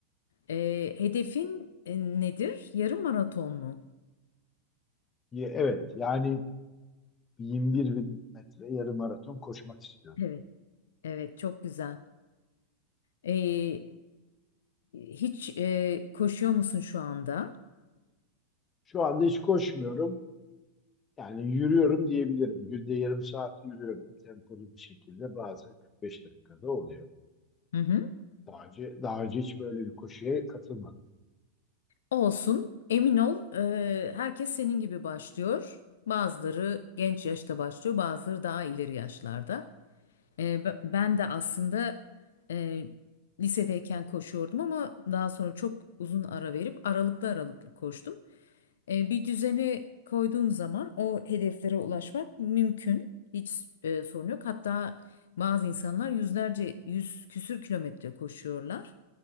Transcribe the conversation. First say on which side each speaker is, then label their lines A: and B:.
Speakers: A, on the left (about 60°); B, on the left (about 25°).
A: Ee, hedefin e, nedir? Yarım maraton mu?
B: Ye- Evet, yani 21 bin metre yarım maraton koşmak istiyorum.
A: Evet. Evet, çok güzel. Ee, hiç e, koşuyor musun şu anda?
B: Şu anda hiç koşmuyorum. Yani yürüyorum diyebilirim. Günde yarım saat yürüyorum. Tempolu bir şekilde bazen 45 dakikada oluyor.
A: Hı hı.
B: Daha önce, daha önce hiç böyle bir koşuya katılmadım.
A: Olsun. Emin ol, e, herkes senin gibi başlıyor. Bazıları genç yaşta başlıyor, bazıları daha ileri yaşlarda. E, b- ben de aslında e, lisedeyken koşuyordum ama daha sonra çok uzun ara verip aralıklı aralıklı koştum. E, bir düzeni koyduğun zaman o hedeflere ulaşmak mümkün. Hiç e, sorun yok. Hatta bazı insanlar yüzlerce, yüz küsür kilometre koşuyorlar.